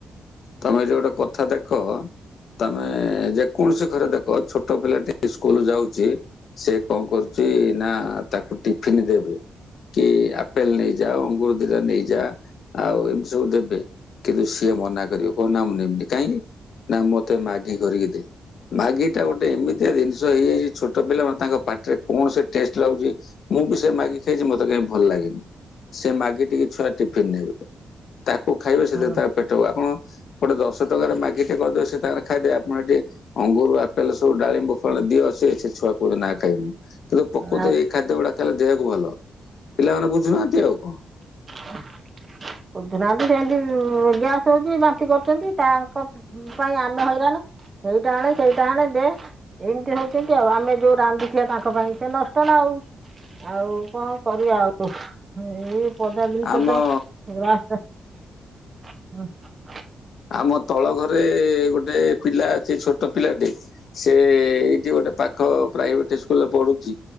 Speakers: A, on the left (about 60°); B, on the right (about 25°).
A: ତମେ ଯୋଉ ଗୋଟେ କଥା ଦେଖ ତମେ ଯେକୌଣସି ଘରେ ଦେଖ ଛୋଟ ପିଲା ଟି ସ୍କୁଲ ଯାଉଚି। ସେ କଣ କରୁଛି ନା ତାକୁ ଟିଫିନ ଦେବେ। କି ଆପେଲ ନେଇଯା ଅଙ୍ଗୁର ଦିଟା ନେଇଯା। ଆଉ ଏମିତି ସବୁ ଦେବେ, କିନ୍ତୁ ସିଏ ମନା କରିବ, କଣ ନା ମୁ ନେବିନି କାହିଁକି ନା ମତେ ମାଗି କରିକି ଦେ ମାଗି ଟା ଗୋଟେ ଏମିତିଆ ଜିନି ଶ ହେଇଯାଇଚି ଛୋଟ ପିଲା ମାନେ ତାଙ୍କ ପାଟିରେ କଣ ସେ ଟେଷ୍ଟ ଲାଗୁଛି। ମୁଁ ବି ସେ ମାଗି ଖାଇଛି ମତେ କାହି ଭଲ ଲାଗେନି, ସେ ମାଗି ଟି କି ଛୁଆ ଟିଫିନ ନେବେ। ତାକୁ ଖାଇବେ ସେ
B: ହଁ
A: ତ ତାର ପେଟ ଆପଣ ଗୋଟେ ଦଶ ଟଙ୍କାରେ ମାଗି ଟେ କରିଦେବେ ସେ ତାଙ୍କ ଖାଇଦେବେ ଆପଣ ଏ ଟିକେ ଅଙ୍ଗୁର ଆପେଲ ସବୁ ଡାଳିମ୍ବ ଫଳ ଦିଅ ସେ ଛେ ଛୁଆ କହୁଛନ୍ତି ନା ଖାଇବୁନି। କିନ୍ତୁ ପ୍ରକୃତ
B: ଆଉ
A: ଏଇ ଖାଦ୍ୟ ଗୁଡା ଖାଇଲେ ଦେହକୁ ଭଲ, ପିଲାମାନେ ବୁଝୁନାହାନ୍ତି ଆଉ କଣ?
B: <unintelligible> ବୁଝୁନାହାନ୍ତି ସେମିତି ଗ୍ୟାସ୍ ହଉଛି ବାନ୍ତି କରୁଛନ୍ତି ତାଙ୍କ ପାଇଁ ଆମେ ହଇରାଣି ହେଇଟା ଆଣେ ସେଇଟା ଆଣେ ଦେ। ଏମିତି ହଉଛନ୍ତି ଆଉ ଆମେ ଯୋଉ ରାନ୍ଧିଥିବା ତାଙ୍କ ପାଇଁ ସେ ନଷ୍ଟ ନା ଆଉ। ଆଉ କଣ କରିବା ଆଉ ଏଇ ପଦା ଜିନିଷ
A: ଆମ
B: ତ ଗା ହଁ।
A: ଆମ ତଳ ଘରେ ଗୋଟେ ପିଲା ଅଛି ଛୋଟ ପିଲାଟେ। ସେ ଏଇଠି ଗୋଟେ ପାଖ ପ୍ରାଇଭେଟ ଇ ସ୍କୁଲରେ ପଢୁଛି